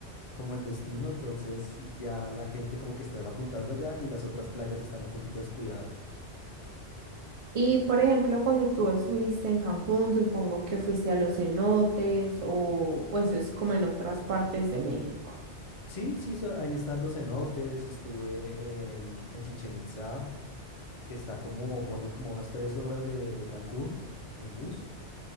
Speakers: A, on the left; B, on the right.
A: como el destino, entonces ya la gente como que está apuntando allá y las otras playas están un poquito descuidadas.
B: Y por ejemplo, cuando tú estuviste en Cancún, supongo que fuiste a los cenotes o, o eso es como en otras partes de México.
A: Sí, sí, so- ahí están los cenotes, estuve en, en Chichén Itzá, que está como, ponle como unas tres horas de, de Cancún en bus.